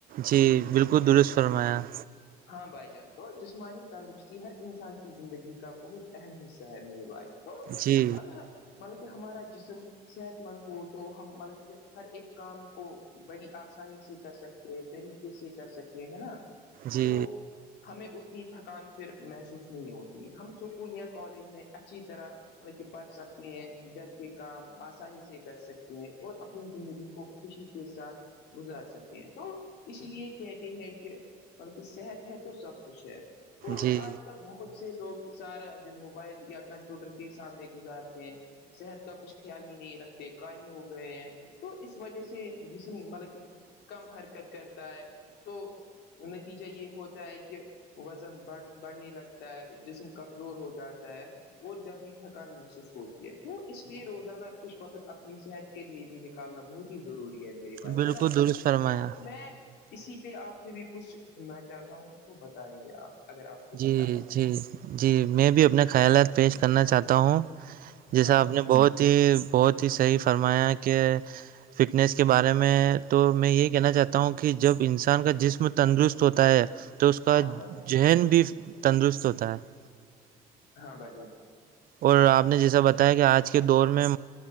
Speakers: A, on the right; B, on the left.
A: جی بالکل درست فرمایا
B: ہاں بھائی جان تو جسمانی تندرستی ہر انسان کی زندگی کا بہت اہم حصہ ہے میری بائی تو
A: جی
B: اگر بلکہ ہمارا جسم صحت مند ہو تو ہم مطلب ہر ایک کام کو بڑی آسانی سے کر سکتے طریقے سے کر سکے ہے نا
A: جی
B: تو ہمیں اتنی تھکان پھر محسوس نہیں ہوتی ہے ہم اسکول یا کالج میں اچھی طرح کہ پڑھ سکتے ہیں گھر کے کام آسانی سے کر سکتے ہیں اور اپنی زندگی کو خوشی کے ساتھ گزار سکتے ہیں تو اس لیے کہتے ہیں کہ مطل کی صحت ہے تو سب کچھ ہے تو
A: جی
B: آج بہت سے لوگ سارا دن موبائل یا کمپیوٹر کے سامنے گزارتے ہیں صحت کا کچھ خیال ہی نہیں رکھتے قائل ہو گئے ہیں تو اس وجہ سے جسم مطلب کہ کم حرکت کرتا ہے تو نتیجہ یہ ہوتا ہے کہ وزن بڑھ بڑھنے لگتا ہے جسم کمزور ہو جاتا ہے اور جلدی تھکان محسوس ہوتی ہے تو اس لیے روزانہ کچھ وقت اپنی صحت کے لیے بھی نکالنا بہت ضروری ہے میری بائی
A: بالکل
B: ہے نا
A: درست فرمایا
B: تو میں اسی پہ آپ سے بھی کچھ سننا چاہتا ہوں تو بتائیے آپ اگر آپ کو
A: جی
B: پتا ہو
A: جی جی میں بھی اپنے خیالات پیش کرنا چاہتا ہوں جیسا
B: ہاں بھائی
A: آپ نے
B: جان
A: بہت ہی بہت ہی صحیح فرمایا کہ فٹنس کے بارے میں تو میں یہ کہنا چاہتا ہوں کہ جب انسان کا جسم تندرست ہوتا ہے تو اس کا
B: ہاں بھائی جان،
A: ذہن بھی تندرست ہوتا ہے
B: ہاں بھائی جان
A: اور آپ نے جیسا بتا ہے کہ آج کے دور میں